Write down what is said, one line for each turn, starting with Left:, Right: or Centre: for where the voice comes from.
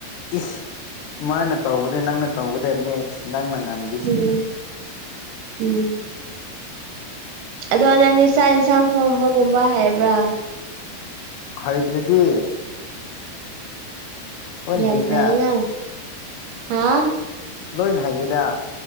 Left: ꯏꯁ ꯃꯥꯅ ꯇꯧꯕꯗ ꯅꯪꯅ ꯇꯧꯒꯗꯕꯅꯦ ꯅꯪꯅ ꯉꯝꯃꯦ
Right: ꯎꯝ ꯎꯝ ꯑꯗꯣ ꯅꯪꯅ ꯆꯥꯛ ꯌꯦꯟꯁꯥꯡ ꯊꯣꯡꯕꯒꯨꯝꯕ ꯍꯥꯏꯕ꯭ꯔꯥ
Left: ꯍꯥꯎꯗ꯭ꯔꯦꯗꯤ ꯂꯣꯏꯅ
Right: ꯌꯥꯝ
Left: ꯍꯩꯌꯦꯗ
Right: ꯐꯩꯅ ꯍꯥ
Left: ꯂꯣꯏꯅ ꯍꯩꯌꯦꯗ